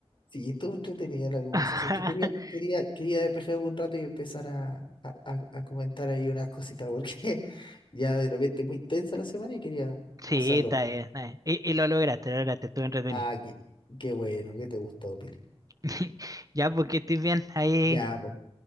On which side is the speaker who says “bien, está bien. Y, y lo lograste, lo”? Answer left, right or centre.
Right